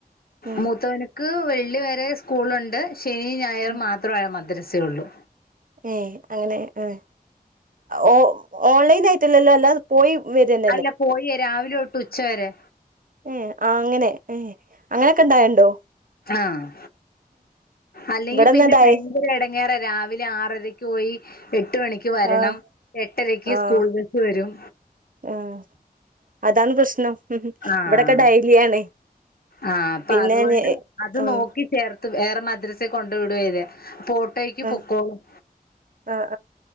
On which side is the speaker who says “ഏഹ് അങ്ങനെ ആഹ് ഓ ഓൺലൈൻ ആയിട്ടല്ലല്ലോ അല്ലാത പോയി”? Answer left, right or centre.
Right